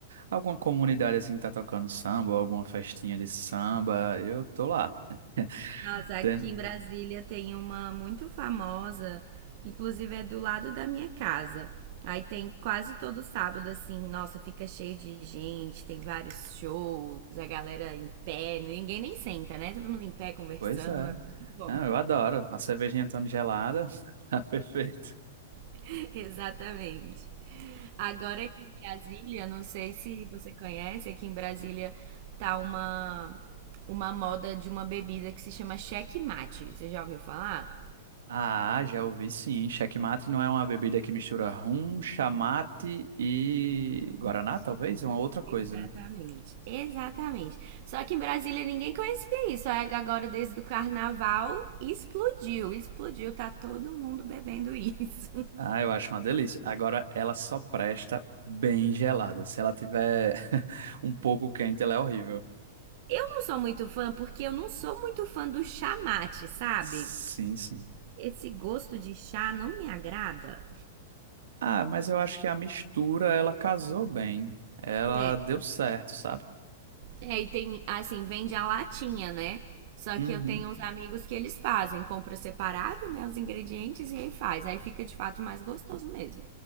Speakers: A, on the right; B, on the right.
A: alguma comunidade assim que tá tocando samba, ou alguma festinha de samba, eu tô lá. <laughs>
B: Nossa, aqui
A: Tem-
B: em Brasília tem uma muito famosa, que inclusive é do lado da minha casa. Aí tem quase todo sábado, assim, nossa, fica cheio de gente, tem vários shows, a galera em pé, ninguém nem senta, né? Todo mundo em pé conversando,
A: Pois é.
B: é muito bom.
A: ah, eu adoro. A cervejinha tão gelada, <laughs> tá perfeito.
B: <laughs> Exatamente. Agora aqui em Brasília, não sei se você conhece, aqui em Brasília tá uma, uma moda de uma bebida que se chama checkmate. Você já ouviu falar?
A: Ah, já ouvi sim. Checkmate não é uma bebida que mistura rum, chamate e
B: Nossa,
A: guaraná, talvez? É uma outra coisa.
B: Exatamente, exatamente. Só que em Brasília ninguém conhecia isso. Aí Agora, desde o carnaval, explodiu, explodiu. Tá todo mundo bebendo isso.
A: Ah, eu acho uma delícia. Agora, ela só presta bem gelada. Se ela tiver <laughs> um pouco quente, ela é horrível.
B: Eu não sou muito fã porque eu não sou muito fã do chá mate, sabe?
A: Sim, sim.
B: Esse gosto de chá não me agrada.
A: Ah, mas eu acho que a mistura, ela casou bem. Ela
B: É,
A: deu certo, sabe?
B: é e tem, assim, vende a latinha, né? Só
A: Uhum.
B: que eu tenho uns amigos que eles fazem, compra separado, né, os ingredientes e aí faz. Aí fica de fato mais gostoso mesmo.